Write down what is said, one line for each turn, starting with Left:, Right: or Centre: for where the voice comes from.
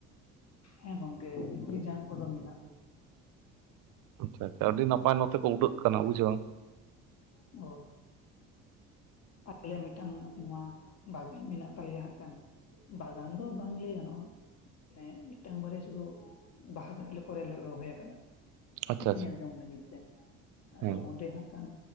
Left: ᱦᱮᱸ ᱜᱚᱝᱠᱮ ᱯᱤᱯᱤᱲᱡᱟᱝ ᱠᱚᱫᱚ ᱢᱮᱱᱟᱜ
Right: ᱟᱪᱪᱷᱟ ᱟᱪᱪᱷᱟ ᱟᱹᱰᱤ ᱱᱟᱯᱟᱭ ᱱᱚᱛᱮ ᱠᱚ ᱩᱰᱟᱹᱜ ᱠᱟᱱᱟ ᱵᱩᱡᱷᱟᱹᱣ᱾
Left: ᱚ᱾ ᱟᱞᱮ ᱢᱤᱫᱴᱟᱝ ᱱᱚᱣᱟ ᱵᱟᱜᱟᱱ ᱢᱮᱱᱟᱜ ᱛᱟᱞᱮᱭᱟ ᱦᱟᱸᱜ ᱠᱟᱱ᱾ ᱵᱟᱜᱟᱱ ᱫᱚ ᱵᱟᱝ ᱞᱟᱹᱭ ᱜᱟᱱᱚᱜ-ᱟ᱾ ᱢᱟᱱᱮ ᱢᱤᱫᱴᱟᱝ ᱵᱟᱨᱭᱟ ᱥᱩᱫᱷᱩ ᱵᱟᱦᱟ ᱫᱟᱨᱮ ᱞᱮ ᱠᱚᱨᱮᱞᱮ ᱨᱚᱦᱚᱭ ᱟᱠᱟᱫᱟ᱾
Right: ᱟᱪᱪᱷᱟ
Left: <inaudible>
Right: ᱟᱪᱪᱷᱟ
Left: ᱞᱟᱹᱜᱤᱫ ᱛᱮ ᱟᱫᱚ
Right: ᱦᱮᱸ
Left: ᱚᱸᱰᱮ ᱦᱟᱸᱜ ᱠᱷᱟᱱ